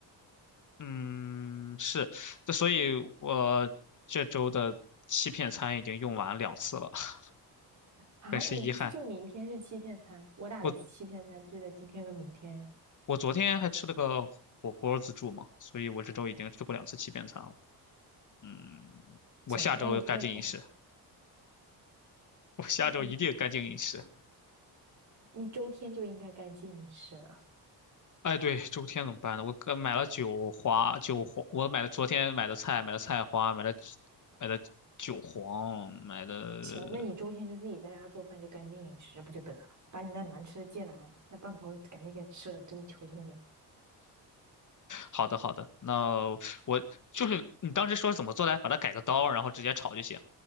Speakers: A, on the left; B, on the right.
A: 嗯，是，这所以我这周的欺骗餐已经用完两次了，<laughs>
B: 啊，
A: 很是遗憾。
B: 你不是就明天是欺骗餐？我打的欺骗餐就在今天跟明天呀。
A: 我我昨天还吃了个火锅自助嘛，所以我这周已经吃过两次欺骗餐了，嗯。我下周干净饮食，
B: 行，那你那你
A: 我下周一定干净饮食。
B: <laughs> 那你你周天就应该干净饮食了。
A: 哎，对，周天怎么办呢？我刚买了韭花，韭黄，我买了昨天买的菜，买了菜花，买了买的韭黄，买的。
B: 行，那你周天就自己在家做饭，就干净饮食不就得了？把你那难吃的芥蓝，那半盘赶紧给吃了，真的求求你了。
A: 好的，好的，那我就是你当时说怎么做来，把它改个刀，然后直接炒就行。